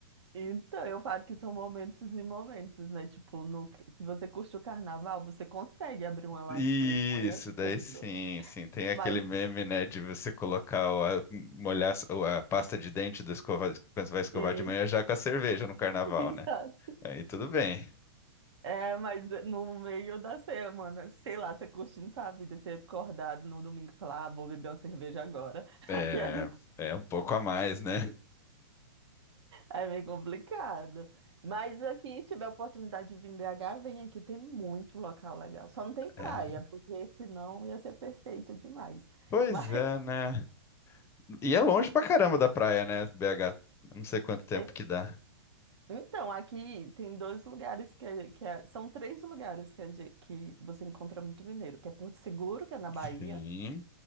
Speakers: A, on the right (about 80°); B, on the left (about 20°).
A: Então, eu falo que são momentos e momentos, né? Tipo, no, se você curte o carnaval, você consegue abrir uma latinha
B: Isso,
A: de manhã
B: daí
A: cedo.
B: sim, sim. Tem aquele
A: Mas,
B: meme, né, de você colocar, o- a, molhar o- a pasta de dente do escova, quando você vai escovar
A: e,
B: de manhã já com a cerveja no carnaval,
A: <laughs> exato.
B: né? Aí tudo bem.
A: É, mas no meio da semana, sei lá, você curtindo sua vida, você acordado no domingo e falar, ah, vou beber uma cerveja agora. <laughs>
B: É,
A: Aí é meio,
B: é um pouco a mais, né?
A: é meio complicado. Mas aqui, tiver a oportunidade de vir em BH, vem aqui, tem muito local legal. Só não tem praia,
B: É.
A: porque senão ia ser perfeito demais.
B: Pois
A: Mas
B: é, né? E é longe pra caramba da praia, né, BH? Não sei quanto tempo
A: <laughs>
B: que dá.
A: Então, aqui tem dois lugares que, é- que é- são três lugares que, a ge- que você encontra muito mineiro, que é Porto Seguro, que é na Bahia,
B: Sim.